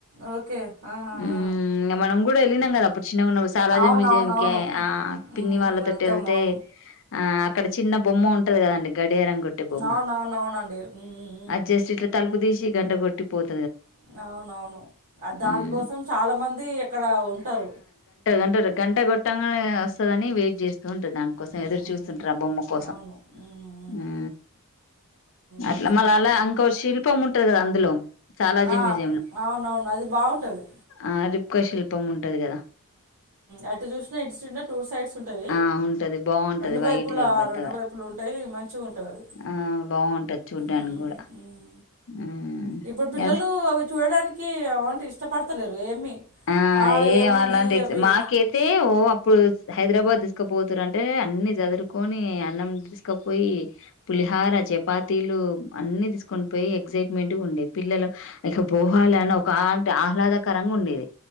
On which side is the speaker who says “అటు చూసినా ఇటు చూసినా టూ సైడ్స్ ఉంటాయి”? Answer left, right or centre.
Right